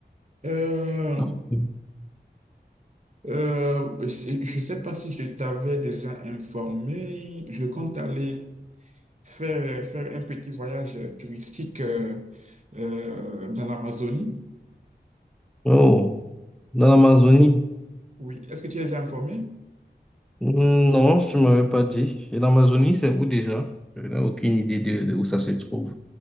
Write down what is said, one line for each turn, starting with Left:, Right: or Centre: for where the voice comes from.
Right: Euh,
Centre: Ok.
Right: euh, c'est- je ne sais pas si je t'avais déjà informé. Je compte aller faire, faire un petit voyage touristique euh, euh, dans l'Amazonie.
Centre: Oh, dans l'Amazonie?
Right: Oui, est-ce que tu es déjà informé?
Centre: Hmm, Non, tu m'avais pas dit. Et l'Amazonie, c'est où déjà? Je n'ai aucune idée de, de où ça se trouve.